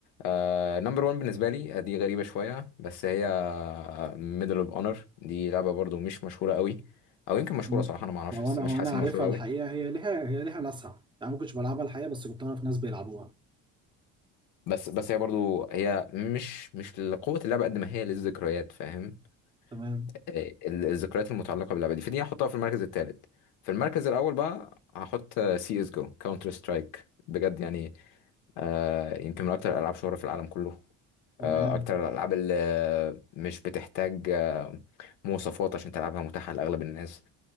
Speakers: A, on the left; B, on the right.
A: آه نمبر 1 بالنسبه لي آه، دي غريبه شويه بس هي ميدل اوف اونر دي لعبه برضو مش مشهوره قوي او يمكن مشهوره
B: ما
A: صراحه انا ما اعرفش
B: هو
A: بس
B: انا
A: مش
B: هو
A: حاسس
B: انا
A: انها
B: عارفها
A: مشهوره
B: الحقيقه
A: قوي
B: هي ليها هي ليها ناسها يعني ما كنتش بلعبها الحقيقه بس كنت اعرف ناس بيلعبوها
A: بس بس هي برضو هي مش مش لقوه اللعبه قد ما هي للذكريات فاهم
B: تمام
A: آه، ال- الذكريات المتعلقه باللعبه دي فدي هحطها في المركز الثالث في المركز الاول بقى هحط سي اس جو كاونتر سترايك بجد يعني آه يمكن من اكتر الالعاب شهره في العالم كله
B: تمام
A: آه اكتر الالعاب اللي مش بتحتاج آه مواصفات عشان تلعبها متاحه لاغلب الناس